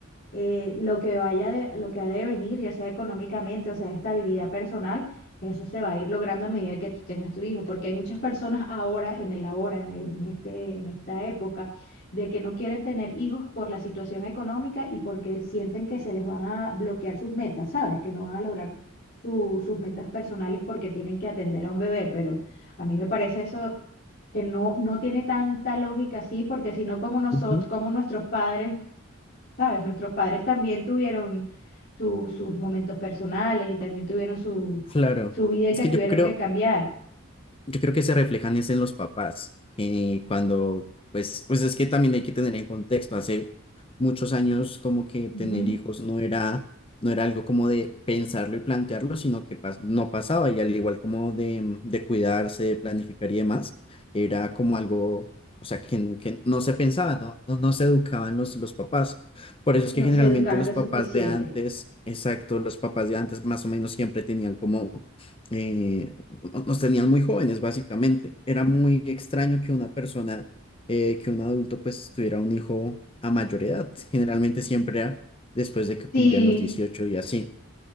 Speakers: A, on the left; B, on the left.
A: eh, lo que vaya de- lo que ha de venir, ya sea económicamente o sea estabilidad personal, eso se va a ir logrando a medida que tú tengas tu hijo, porque hay muchas personas ahora, en el ahora, en en este, en esta época de que no quieren tener hijos por la situación económica y porque sienten que se les van a bloquear sus metas, ¿sabes? Que no van a lograr su- sus metas personales porque tienen que atender a un bebé, pero a mí me parece eso que no, no tiene tanta lógica así, porque si no, como nosotros,
B: ujú,
A: como nuestros padres, ¿sabes? Nuestros padres también tuvieron su- sus momentos personales y también tuvieron su,
B: claro.
A: su vida en
B: Es
A: que
B: que
A: tuvieron
B: yo creo,
A: que cambiar.
B: Yo creo que se reflejan es en los papás, que cuando, pues, pues es que también hay que tener en contexto, hace muchos años como que tener
A: Ujú.
B: hijos no era, no era algo como de pensarlo y plantearlo, sino que pas- no pasaba, y al igual como de, de cuidarse, de planificar y demás, era como algo, o sea, que, que no se pensaba, no, no, no se educaban los, los papás. Por eso es
A: No
B: que generalmente
A: se educaban
B: los
A: lo
B: papás
A: suficiente.
B: de antes, exacto, los papás de antes más o menos siempre tenían como... eh, no- nos tenían muy jóvenes, básicamente. Era muy extraño que una persona, eh, que un adulto, pues tuviera un hijo a mayor edad. Generalmente siempre era después de que
A: Sí,
B: cumplían los 18 y así.